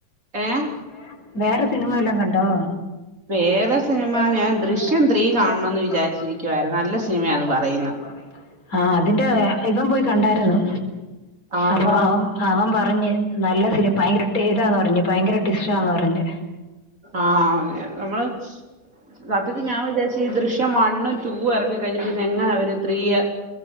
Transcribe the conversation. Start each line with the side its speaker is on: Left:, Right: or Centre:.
Right: ഏഹ്.
Left: ഏഹ് വേറെ സിനിമ വല്ലും കണ്ടോ?
Right: വേറെ സിനിമ
Left: വേറെ
Right: ഞാൻ
Left: സിനിമ
Right: ദൃശ്യം
Left: ഏഹ്
Right: ത്രീ
Left: ദൃശ്യം
Right: കാണണംന്ന്
Left: ത്രീ
Right: വിചാരിച്ചിരിക്കുവായിരുന്നു
Left: കാണണയെന്ന് വിചാരിച്ചിരിക്കുവായിരുന്നു
Right: നല്ല സിനിമയാന്ന്
Left: നല്ല
Right: പറയുന്നു
Left: സിനിമയാണ്. പറയില്ല, ആഹ് അതിന്റെ ഇവൻ പോയി കണ്ടായിരുന്നു
Right: ആഹാ
Left: അപ്പൊ അവൻ. അവൻ പറഞ്ഞു നല്ല സിനിമ ഭയങ്കരടെറാ ആണെന്ന് പറഞ്ഞു ഭയങ്കര ടിസ്റ്റാന്ന് പറഞ്ഞു.
Right: ആഹ് നമ്മള്. സത്യത്തിൽ ഞാൻ വിചാരിച്ചു ഈ ദൃശ്യം വണ്ണും ടുവും എറക്കി കഴിഞ്ഞ പിന്നെങ്ങനെ അവര് ത്രീയെ.